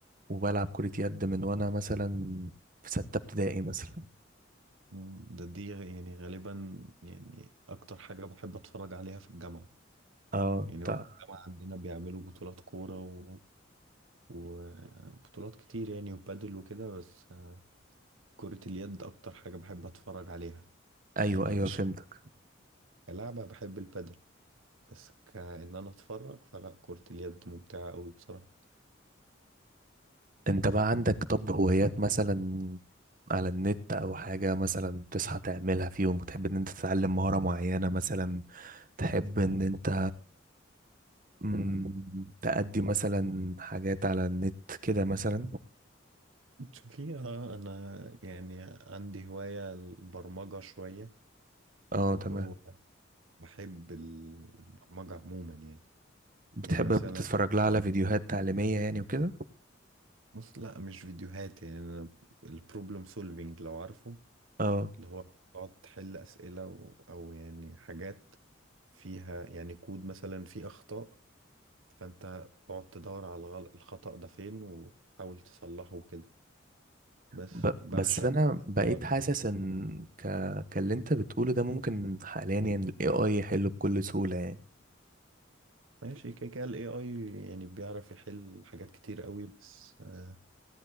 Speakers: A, on the right; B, on the right.
A: وبلعب كرة يد من وانا مثلا في ستة ابتدائي مثلا
B: مم، ده دي يعني غالبا يعني اكتر حاجة بحب اتفرج عليها في الجامعة
A: اه انت
B: يعني هو في الجامعة عندنا بيعملوا بطولات كورة و... وبطولات كتير يعني وبادل وكده بس آه، كرة اليد اكتر حاجة بحب اتفرج عليها
A: ايوه
B: يعني
A: ايوه
B: مش
A: فهمتك
B: كلعبة بحب البادل بس كأن انا اتفرج فلا كرة اليد ممتعة اوي بصراحة
A: انت بقى عندك طب هوايات مثلا على النت او حاجة مثلا بتصحى تعملها في يوم وتحب ان انت تتعلم مهارة معينة مثلا تحب ان انت مم، تأدي مثلا حاجات على النت كده مثلا
B: شوفي اه انا يعني عندي هواية البرمجة شوية
A: اه
B: اللي
A: تمام
B: هو بحب ال- البرمجة عموما يعني
A: بتحب
B: يعني مثلا
A: بتتفرج لها على فيديوهات تعليمية يعني وكده
B: بص لا مش فيديوهات يعني أنا البروبلم سولفينج لو عارفه
A: اه
B: اللي هو تقعد تحل أسئلة و- أو يعني حاجات فيها يعني كود مثلا فيه أخطاء فأنت تقعد تدور على الغل- الخطأ ده فين وتحاول تصلحه كده بس
A: ب...
B: بعشق
A: بس انا
B: كده
A: بقيت
B: هو
A: حاسس ان ك... كاللي انت بتقوله ده ممكن حاليا يعني ال AI يحله بكل سهولة يعني
B: ماشي كده كده ال AI يعني بيعرف يحل حاجات كتير قوي بس آه،